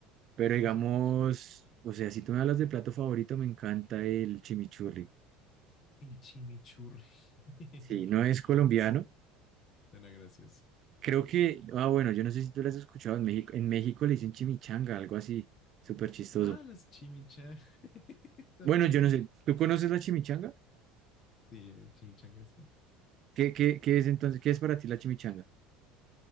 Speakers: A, on the right; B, on the left.
A: Pero
B: Tiene
A: digamos,
B: sentido, sí.
A: o sea, si tú me hablas de plato favorito, me encanta el chimichurri.
B: El chimichurri. <laughs>
A: Sí, no es colombiano,
B: Suena gracioso.
A: Creo que, ah, bueno, yo no sé si tú las has escuchado en México. En México le dicen chimichanga, algo así, súper chistoso.
B: Ah, las chimichangas. <laughs> También.
A: Bueno, yo no sé, ¿tú conoces la chimichanga?
B: Sí, es chimichangas.
A: ¿Qué, qué, qué es entonces, qué es para ti la chimichanga?